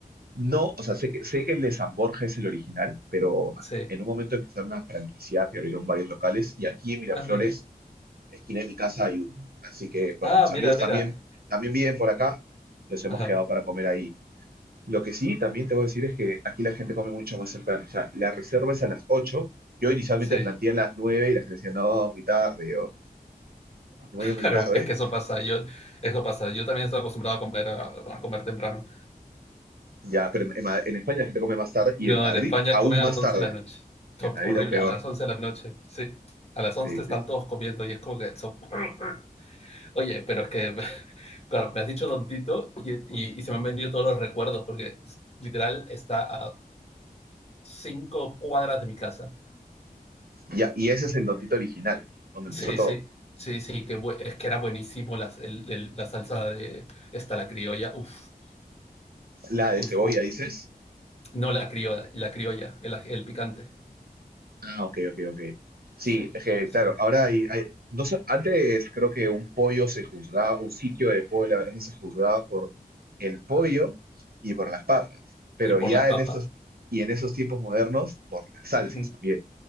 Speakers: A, on the right; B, on the left.
A: No, o sea, sé que, sé que el de San Borja es el original, pero
B: Sí.
A: en un momento empezaron a franquiciar y abrieron varios locales. Y aquí en Miraflores
B: Ah, mira.
A: en la esquina de mi casa hay uno. Así que, bueno,
B: Ah,
A: con mis amigos
B: mira, mira.
A: también, también viven por acá, nos hemos
B: Ajá.
A: quedado para comer ahí. Lo que sí, también te voy a decir es que aquí la gente come mucho más temprano. O sea, la reserva es a las 8. Yo inicialmente
B: Sí.
A: planteé a las 9 y la gente decía, no, muy tarde, o 9 muy
B: Claro,
A: tarde.
B: es que eso pasa. Yo, eso pasa. Yo también estoy acostumbrado a comer, a, a comer temprano.
A: Ya, pero en, Ma- en España la gente come más tarde
B: No,
A: y en Madrid
B: en España
A: aún
B: comen
A: más
B: a las 11
A: tarde.
B: de la noche. To-
A: En Madrid
B: Horrible,
A: aún peor.
B: a las 11 de la noche. Sí, a las once
A: Sí, sí,
B: están todos comiendo y es como que son... <laughs> Oye, pero es que, <laughs> claro, me has dicho tontito y, y- y se me han venido todos los recuerdos porque literal está a cinco cuadras de mi casa.
A: sí. Ya, y ese es el Don Tito original, donde empezó
B: Sí,
A: todo.
B: sí, sí, sí, que bu- es que era buenísimo las- el- el- la salsa de esta, la criolla. Uf,
A: La de
B: uf,
A: cebolla,
B: uf,
A: dices.
B: No la criolla, la criolla, el, el picante.
A: Ah, ok, ok, ok. Sí,
B: Sí, sí.
A: es que, claro, ahora hay, hay- no sé, antes creo que un pollo se juzgaba, un sitio de pollo, la verdad, se juzgaba por el pollo y por las papas, pero
B: Y por
A: ya
B: las papas.
A: en estos, y en esos tiempos modernos, por las salsas
B: <laughs>
A: también,